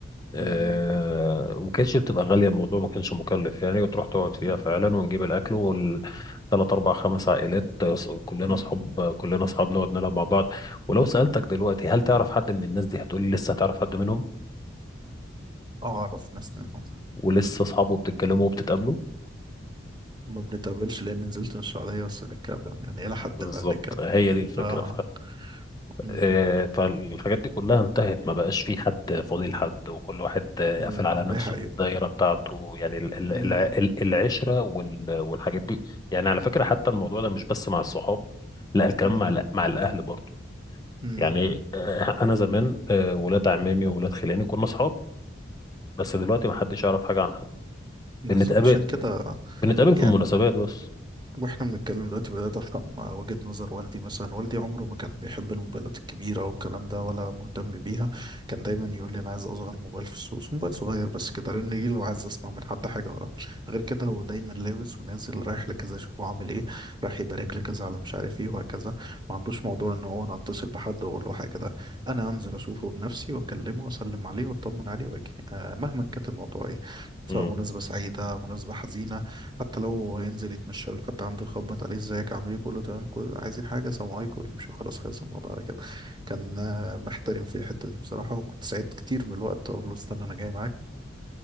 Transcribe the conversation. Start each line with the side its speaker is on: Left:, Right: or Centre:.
Left: آه،
Right: أمم،
Left: وكانتش بتبقى غالية الموضوع ما كانش مكلف يعني وتروح تقعد فيها
Right: أمم،
Left: فعلا ونجيب الأكل والتلات أربع خمس عائلات آه، ص- كلنا
Right: أمم.
Left: أصحاب كلنا أصحاب نقعد نلعب مع بعض ولو سألتك دلوقتي هل تعرف حد من الناس دي هتقولي لسه هتعرف حد منهم
Right: اعرف ناس منهم
Left: ولسه أصحابه بتتكلموا وبتتقابلوا
Right: ما بنتقابلش لان نزلت من السعودية بس بنتكلم يعني الى حد
Left: بالظبط
Right: ما بنتكلم
Left: هي دي الفكرة
Right: اه أمم،
Left: آه، فالحاجات دي كلها انتهت ما بقاش في حد فاضي لحد وكل واحد آه،
Right: أمم،
Left: قافل على نفسه
Right: ده حقيقة
Left: الدايرة بتاعته يعني ال- ال-
Right: أمم.
Left: الع- ال- العشرة وال- والحاجات دي يعني على فكرة حتى الموضوع ده مش بس مع الصحاب لا الكلام
Right: امم
Left: مع ال- مع الأهل برضه
Right: امم
Left: يعني آه، أنا زمان آه، ولاد عمامي وولاد خلاني كنا صحاب بس دلوقتي ما حدش يعرف حاجة عن حد
Right: بالظبط
Left: بنتقابل
Right: عشان كده
Left: بنتقابل في
Right: يعني
Left: المناسبات بس
Right: واحنا بنتكلم دلوقتي بدأت افهم وجهة نظر والدي مثلا والدي عمره ما كان بيحب الموبايلات الكبيرة والكلام ده ولا مهتم بيها كان دايما يقول لي انا عايز اصغر موبايل في السوق موبايل صغير بس كده لان ايه لو عايز اسمع من حد حاجة ورا غير كده هو دايما لابس ونازل رايح لكذا اشوفه عامل ايه راح يبارك لكذا على مش عارف ايه وهكذا ما عندوش موضوع ان هو انا اتصل بحد واقول له حاجة ده انا انزل اشوفه بنفسي واكلمه واسلم عليه واطمن عليه واجي آه مهما كانت الموضوع ايه سواء
Left: مم.
Right: مناسبة سعيدة مناسبة حزينة حتى لو هينزل يتمشى لك حد عنده يخبط عليه ازيك عامل ايه كله تمام كله عايزين حاجه سلام عليكم يمشوا خلاص خلص الموضوع على كده كان آه، بحترم في الحته دي بصراحه وكنت ساعات كتير من الوقت اقول له استنى انا جاي معاك